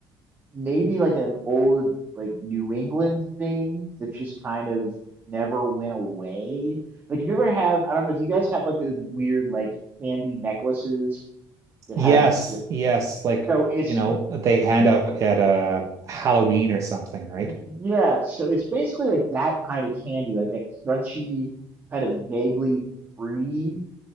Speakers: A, on the right (about 25°); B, on the right (about 40°).
A: maybe like an old like New England thing that just kind of never went away. Like, if you ever have, I don't know, do you guys have like those weird like candy necklaces that
B: Yes,
A: have that just-
B: yes, like
A: so it's
B: you know,
A: it-
B: they hand out at uh Halloween or something, right?
A: yeah, so it's basically like that kind of candy, like that crunchy, kind of vaguely fruity